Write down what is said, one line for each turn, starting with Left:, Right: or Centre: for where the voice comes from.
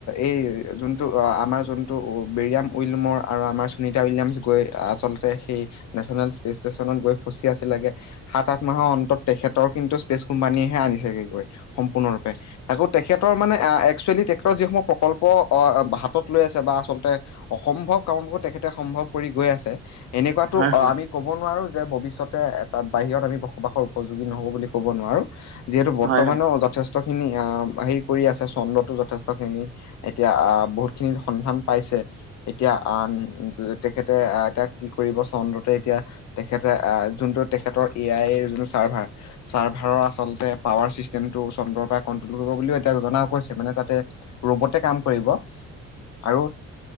Left: এই যোনটো আমাৰ যোনটো বেৰিয়াম উইলমৰ আৰু আমাৰ সুনিতা উইলিয়ামছ গৈ আচলতে সেই নেচনেল স্পেচ ষ্টেচনত গৈ ফচি আছিলেগে। সাত, আঠ মাহৰ অন্তত তেখেতৰ কিন্তু স্পেচ কোম্পানীয়েহে আনিছেগেগৈ সম্পূৰ্ণৰূপে। আকৌ তেখেতৰ মানে একচুৱেলি তেখেতৰ যিসমূহ প্ৰকল্প অ, হাতত লৈ আছে বা আচলতে অসম্ভৱ কামবোৰো তেখেতে সম্ভৱ কৰি গৈ আছে। এনেকুৱাতো
Right: হয়
Left: অ,
Right: হয়
Left: আমি ক'ব নোৱাৰো যে ভৱিষ্যতে এটা বাহিৰত আমি বসবাসৰ উপযোগী নহ'ব বুলি ক'ব নোৱাৰো। যিহেতু বৰ্তমানেও
Right: হয় হয় হয়
Left: যথেষ্ট খিনি আহ হেৰি কৰি আছে চন্দ্ৰতো যথেষ্ট খিনি এতিয়া আহ বহুত খিনিৰ সন্ধান পাইছে। এতিয়া আন তেখেতে আহ এতিয়া কি কৰিব চন্দ্ৰতে এতিয়া তেখেতে যোনটো তেখেতৰ এ আইৰ যোনটো চাৰ্ভাৰ চাৰ্ভাৰৰ আচলতে পাৱাৰ ছিষ্টেমটো চন্দ্ৰৰ পৰাই কন্ট্ৰল কৰিব বুলিও এতিয়া জনা গৈছে। মানে তাতে ৰবতে কাম কৰিব আৰু